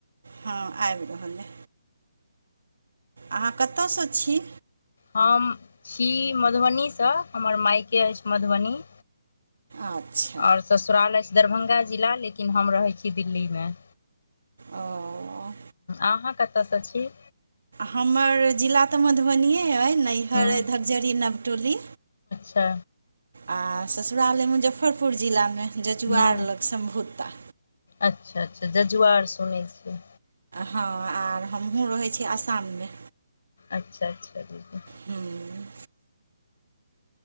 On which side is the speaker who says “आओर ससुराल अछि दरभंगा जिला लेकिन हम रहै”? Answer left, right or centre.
Left